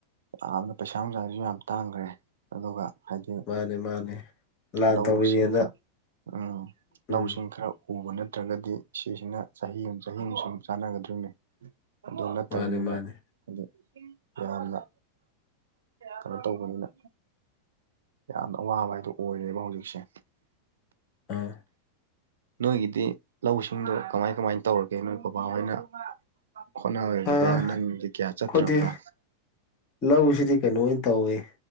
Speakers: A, on the right; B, on the left.
A: ꯌꯥꯝꯅ ꯄꯩꯁꯥ ꯅꯨꯡꯁꯥꯖꯤꯖꯨ ꯌꯥꯝ ꯇꯥꯡꯒ꯭ꯔꯦ ꯑꯗꯨꯒ ꯍꯥꯏꯗꯤ
B: ꯃꯥꯅꯦ ꯃꯥꯅꯦ ꯂꯥꯟ
A: ꯂꯧ
B: ꯇꯧꯔꯤꯅꯦꯅ
A: ꯁꯤꯡ ꯈꯔ ꯎꯝ
B: ꯎꯝ
A: ꯂꯧꯁꯤꯡ ꯈꯔ ꯎꯕ ꯅꯠꯇ꯭ꯔꯒꯗꯤ ꯁꯤꯁꯤꯅ ꯆꯍꯤ ꯑꯝ ꯆꯍꯤ ꯑꯝ ꯁꯨꯝ ꯆꯥꯅꯒꯗꯔꯨꯝꯅꯤ ꯑꯗꯨ ꯅꯠꯇꯕꯅꯤꯅ
B: ꯃꯥꯅꯦ ꯃꯥꯅꯦ
A: ꯑꯗꯤ ꯌꯥꯝꯅ ꯀꯩꯅꯣ ꯇꯧꯕꯅꯤꯅ ꯌꯥꯝꯅ ꯑꯋꯥꯕ ꯍꯥꯏꯗꯣ ꯑꯣꯏꯔꯦꯕ ꯍꯧꯖꯤꯛꯁꯦ
B: ꯑꯥ
A: ꯅꯣꯏꯒꯤꯗꯤ ꯂꯧ ꯁꯤꯡꯗꯣ ꯀꯃꯥꯏ ꯀꯃꯥꯏ ꯇꯧꯔꯒ‌ꯦ ꯅꯣꯏ ꯕꯕꯥ ꯍꯣꯏꯅ ꯍ‌ꯣꯅꯥꯕꯩꯗꯤ
B: ꯑꯥ
A: ꯄꯨꯔ ꯅꯪꯗꯤ ꯀꯌꯥ
B: ꯑꯩꯈꯣꯏꯗꯤ
A: ꯆꯠꯇ꯭ꯔꯕ꯭ꯔꯥ
B: ꯂꯧꯁꯤꯗꯤ ꯀꯩꯅꯣ ꯑꯣꯏꯟ ꯇꯧꯋꯤ